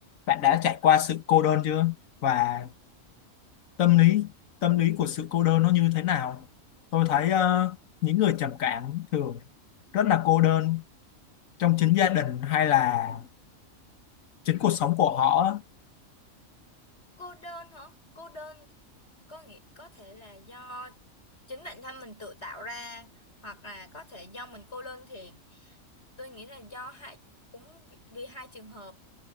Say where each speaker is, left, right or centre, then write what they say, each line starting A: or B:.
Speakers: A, on the left; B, on the left.
A: bạn đã trải qua sự cô đơn chưa? Và tâm lý tâm lý của sự cô đơn nó như thế nào? Tôi thấy ờ, những người trầm cảm thường rất là cô đơn trong chính gia đình hay là chính cuộc sống của họ. á.
B: cô đơn hả cô đơn có nghĩa có thể là do chính bản thân mình tự tạo ra hoặc là có thể do mình cô đơn thiệt tôi nghĩ là do hai cũng vì vì hai trường hợp